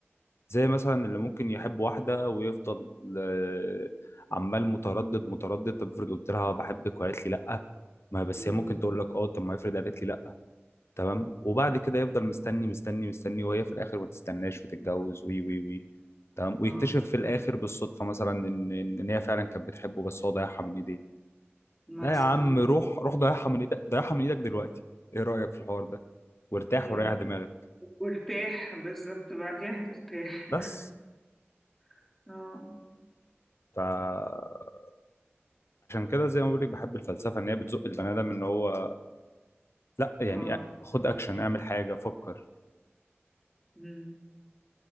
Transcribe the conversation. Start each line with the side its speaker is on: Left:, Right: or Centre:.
Left: زي مثلا اللي ممكن يحب واحده ويفضل آه، عمال متردد متردد طب افرض قلت لها بحبك وقالت لي لا ما بس
Centre: مم.
Left: هي ممكن تقول لك اه طب ما افرض قالت لي لا تمام وبعد كده يفضل مستني مستني مستني وهي في الاخر ما تستناش وتتجوز وي وي وي تمام ويكتشف
Centre: اه
Left: في الاخر بالصدفه مثلا ان ان إن هي فعلا كانت بتحبه بس هو ضيعها من ايديه
Centre: مثلا
Left: لا يا عم روح روح ضيعها من ايدك ضيعها من ايدك دلوقتي ايه رايك في الحوار ده وارتاح
Centre: مم.
Left: وريح دماغك
Centre: وارتاح بالظبط بعديها هترتاح
Left: بس
Centre: <laughs> اه
Left: فعشان كده زي ما بقول لك بحب الفلسفه ان هي بتزق البني ادم ان هو لا يعني
Centre: اه
Left: خد اكشن اعمل حاجه فكر
Centre: مم.